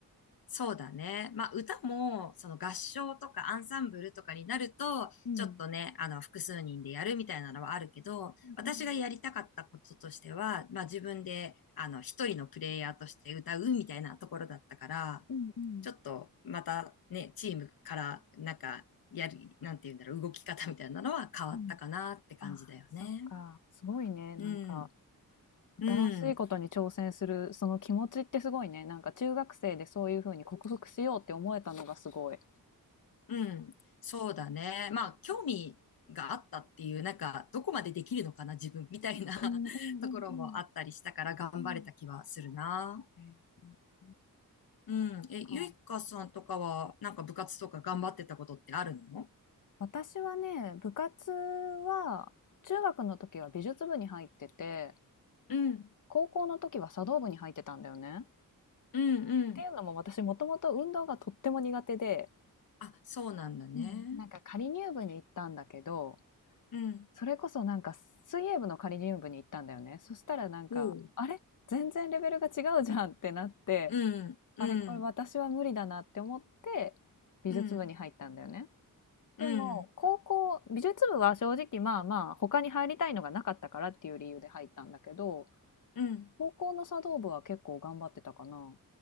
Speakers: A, on the left (about 75°); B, on the left (about 55°).
A: そうだね。まあ、歌も、その合唱とかアンサンブルとかになると、
B: うん。
A: ちょっとね、あの、複数人でやるみたいなのはあるけど、私がやりたかったこととしては、
B: うんうん
A: まあ、自分で、あの、一人のプレイヤーとして歌うみたいなところだったから、
B: うんうん
A: ちょっと、またね、チームから、なんか、やる、なんていうんだろう、動き方みたいなのは変わったかなって感じだよね。
B: うん。あそっか。すごいね。なんか
A: うん。うん。
B: 新しいことに挑戦するその気持ちってすごいね。なんか中学生でそういうふうに克服しようって思えたのがすごい。
A: うん。そうだね。まあ、興味があったっていう、なんか、どこまでできるのかな、自分みたいな
B: うんうんうんうん
A: <laughs> ところもあったりしたから、頑張れた気はするな。
B: うん。えーそっ
A: うん。え、ゆいかさんとかは、
B: か。
A: なんか部活とか頑張ってたことってあるの
B: 私はね、部活は中学の時は美術部に入ってて、
A: うん。
B: 高校の時は茶道部に入ってたんだよね。っ
A: うんうん。
B: ていうのも私もともと運動がとっても苦手で、
A: あ、そうなんだね。
B: うん、なんか仮入部に行ったんだけど、
A: うん。
B: それこそなんか水泳部の仮入部に行ったんだよね。そしたらなんか、
A: おう。
B: あれ全然レベルが違うじゃんってなって、
A: うん。うん。
B: あれこれ私は無理だなって思って美術部に入ったんだよね。
A: うん。うん。
B: でも高校美術部は正直まあまあ他に入りたいのがなかったからっていう理由で入ったんだけど
A: うん。うん
B: 高校の茶道部は結構頑張ってたかな。